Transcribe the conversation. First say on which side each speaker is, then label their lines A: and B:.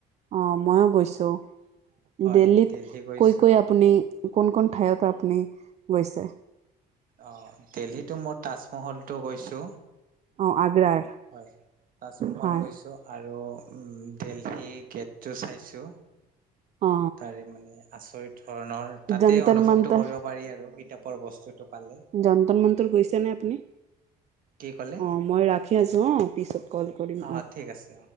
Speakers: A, on the right (about 40°); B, on the right (about 55°).
A: অ মইো গৈছো,
B: হয়
A: দিল্লীত
B: দেলহি গৈছো
A: কৈ কৈ আপুনি কোন কোন ঠাইত আপুনি গৈছে?
B: অ দেলহীতো মই তাজমহলটো গৈছো।
A: অঁ আগ্ৰাৰ।
B: হয়, তাজমহল
A: হয়
B: গৈছোঁ। আৰু দেলহি গেটটো চাইছোঁ,
A: অ
B: তাৰে মানে আচৰিত ধৰণৰ তাতেই
A: যন্তৰ
B: অনুভৱটো
A: মন্তৰ
B: কৰিব পাৰি আৰু কিতাপৰ বস্তুটো পালে।
A: যন্ত্ৰন মন্ত্ৰ গৈছে নে আপুনি?
B: কি ক'লে
A: অ মই ৰাখি আছো হা পিছত কল কৰিম
B: অঁ
A: অ
B: ঠিক আছে।